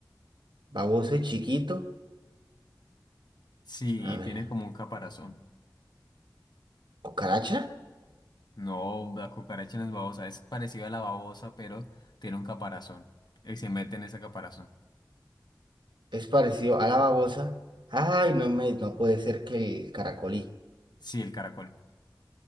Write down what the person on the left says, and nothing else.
Sí,
y
tiene como un caparazón.
No, la cucaracha no es babosa, es parecida a la babosa, pero tiene un caparazón. Y se mete en ese caparazón.
Sí, el caracol.